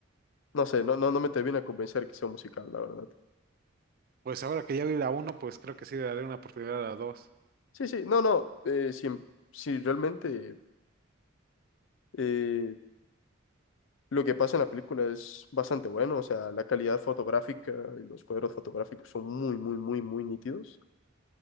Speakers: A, on the left; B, on the right.
A: no sé, no, no, no me termina a convencer que sea un musical, la verdad.
B: Pues ahora que ya vi la uno, pues creo que sí le daré una oportunidad a la 2.
A: Sí, sí, no, no, eh, si, si realmente. eh, Lo que pasa en la película es bastante bueno, o sea, la calidad fotográfica y los cuadros fotográficos son muy, muy, muy, muy nítidos.